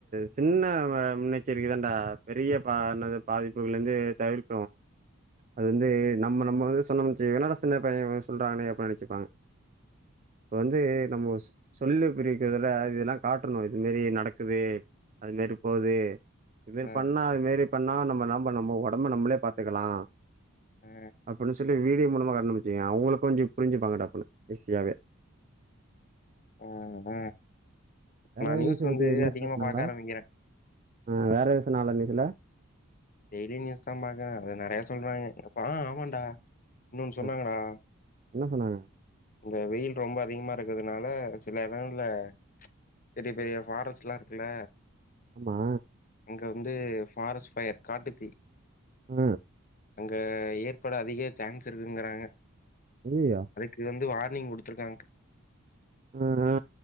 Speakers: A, on the right; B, on the left.
A: சின்ன வ முன்னெச்சரிக்கை தான்டா பெரிய பா என்னது பாதிப்புகள்ருந்து தவிர் அது வந்து நம்ம நம்ம சொன்னம்ன்னு வெச்சுக்க என்னடா சின்ன பையே சொல்றாங்கன்னே அப்டின் நெனச்சிப்பாங்க இப்ப வந்து நம்ம சொ சொல்லி புரிய வெக்கறதுல்ல அதெல்லா காட்டணு இது மேரி நடக்குது அது மேரி போது இது மேரி
B: ஆ,
A: பண்ணா அது மேரி பண்ணா நம்ம நம்ம ஒடம்பு நம்மளே பாத்துக்கலா
B: ஆ,
A: அப்டின் சொல்லி வீடியோ மூலமா கண்ட்டுபுடிச்சுங்க அவுங்களுக்கு கொஞ்சு புரிஞ்சுப்பாங்க டப்புன்னு ஈஸியாவே
B: ஆ அத
A: வேற
B: நா
A: எதுவும்
B: நியூஸ்
A: நியூஸ
B: வந்து
A: பத்தி நியூஸ்ல
B: அதிகமா
A: சொன்னாங்களா?
B: பாக்க ஆரம்மிக்கிறே
A: ஆ வேற எது சொன்னாங்கலா நியூஸுல
B: டெய்லி நியூஸ் தா பாக்ற அதுல நறைய சொல்றாங்க எப்பா ஆமான்டா இன்னொன்னு
A: ஆ
B: சொன்னாங்கடா
A: என்ன சொன்னாங்க
B: இங்க வெயில் ரொம்ப அதிகமா இருக்கறதுனால சில எடங்கள்ல பெரிய பெரிய ஃபாரஸ்ட்லா இருக்குல்ல
A: ஆமா
B: அங்க வந்து ஃபாரஸ்ட் ஃபயர் காட்டுத்தீ
A: அ
B: அங்க ஏற்பட அதிக சான்ஸ் இருக்குங்கறாங்க
A: அய்யயோ
B: இது வந்து வார்னிங் குடுத்துருக்காங்க
A: அ அ